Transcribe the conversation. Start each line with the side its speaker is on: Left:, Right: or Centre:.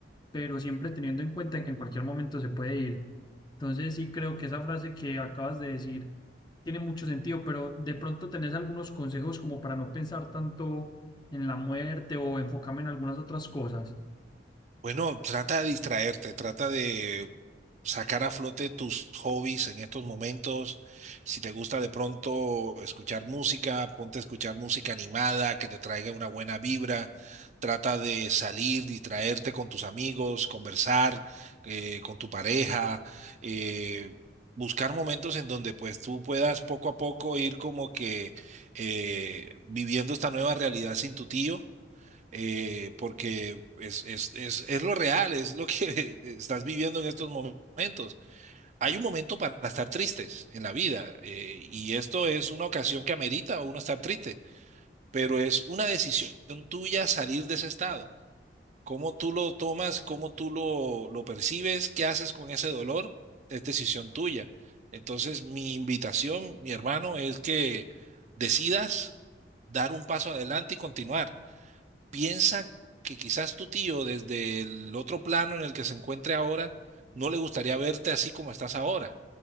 Left: pero siempre teniendo en cuenta que en cualquier momento se puede ir. Entonces, sí creo que esa frase que acabas de decir tiene mucho sentido, pero de pronto tenés algunos consejos como para no pensar tanto en la muerte o enfocarme en algunas otras cosas.
Right: Bueno, trata de distraerte, trata de sacar a flote tus hobbies en estos momentos. Si te gusta de pronto escuchar música, ponte a escuchar música animada que te traiga una buena vibra. Trata de salir, distraerte con tus amigos, conversar eh, con tu pareja, eh, buscar momentos en donde pues tú puedas poco a poco ir como que eh, viviendo esta nueva realidad sin tu tío eh, porque es, es, es, es lo real, es lo que <laughs> estás viviendo en estos momentos. Hay un momento para estar tristes en la vida eh, y esto es una ocasión que amerita a uno estar triste, pero es una decisión tuya salir de ese estado. Cómo tú lo tomas, cómo tú lo, lo percibes, qué haces con ese dolor, es decisión tuya. Entonces, mi invitación, mi hermano, es que decidas dar un paso adelante y continuar piensa que quizás tu tío desde el otro plano en el que se encuentre ahora no le gustaría verte así como estás ahora.